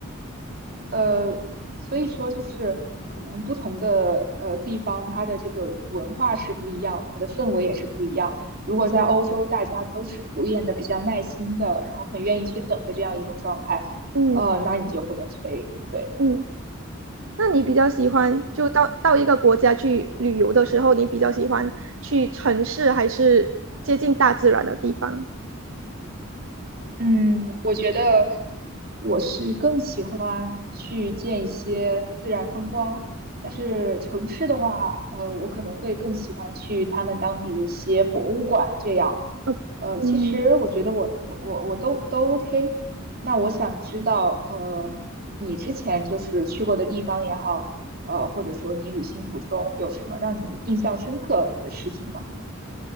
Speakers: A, on the right (about 50°); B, on the right (about 70°).
A: 呃，所以说就是可能不同的呃地方，它的这个文化是不一样，它的氛围也是不一样。如果在欧洲，大家都是普遍的比较耐心的，然后很愿意去等的这样一种状态，
B: 嗯
A: 呃，那你就不能催。对。
B: 嗯，那你比较喜欢就到到一个国家去旅游的时候，你比较喜欢去城市还是接近大自然的地方？
A: 嗯，我觉得我是更喜欢去见一些自然风光，但是城市的话，呃，我可能会更喜欢去他们当地的一些博物馆这样。
B: 呃，
A: 呃，
B: 嗯
A: 其实我觉得我我我我都都 OK。那我想知道，呃，你之前就是去过的地方也好，呃，或者说你旅行途中有什么让你印象深刻的事情吗？